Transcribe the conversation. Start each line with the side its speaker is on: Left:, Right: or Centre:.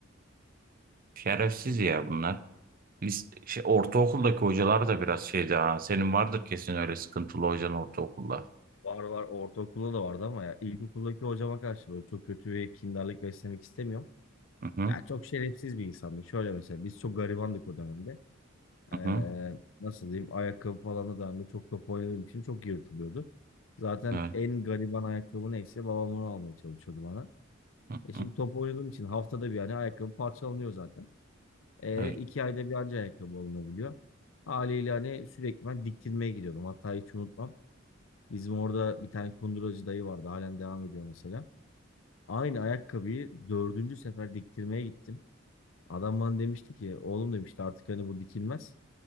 Right: Şerefsiz ya bunlar. Lis- şey, ortaokuldaki hocalar da biraz şeydi ha. Senin vardır kesin öyle sıkıntılı hocan ortaokulda.
Left: Var var ortaokulda da vardı ama ya ilkokuldaki hocama karşı böyle çok kötü ve kindarlık beslemek istemiyorum.
Right: Hı hı,
Left: Ya çok şerefsiz bir insandı. Şöyle mesela biz çok garibandık o dönemde.
Right: hı
Left: Ee,
Right: hı,
Left: nasıl diyeyim ayakkabı falan da dahil çok top oynadığım için çok yırtılıyordu. Zaten
Right: evet,
Left: en gariban ayakkabı neyse babam onu almaya çalışıyordu bana.
Right: hı
Left: E şimdi
Right: hı,
Left: top oynadığım için haftada bir yani ayakkabı parçalanıyor zaten. E,
Right: evet,
Left: iki ayda bir anca ayakkabı alınabiliyor. Haliyle hani sürekli ben diktirmeye gidiyordum. Hatta hiç unutmam. Bizim orada bir tane kunduracı dayı vardı. Halen devam ediyor mesela. Aynı ayakkabıyı dördüncü sefer diktirmeye gittim. Adam bana demişti ki oğlum demişti artık hani bu dikilmez.